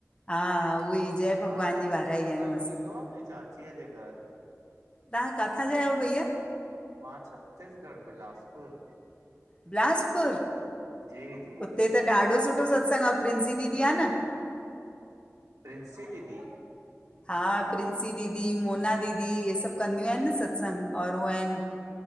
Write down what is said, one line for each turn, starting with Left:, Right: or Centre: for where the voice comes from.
Left: हा उहे ई जय भॻवान
Right: हा त
Left: जी
Right: उहो
Left: वारा
Right: सतसंग
Left: ई आहियूं असां।
Right: थींदो आहे, मुंहिंजी चाचीअ जे घरु
Left: तव्हां किथां जा आहियो भईया?
Right: मां छत्तीसगढ़ बिलासपुर
Left: बिलासपुर
Right: जी जी
Left: हुते त ॾाढो सुठो सत्संग प्रिंसी दीदी आहे न,
Right: प्रिंसी दीदी
Left: हा प्रिंसी दीदी मोना दीदी इहे सभु कंदियूं आहिनि न सत्संग और उहे आहिनि‌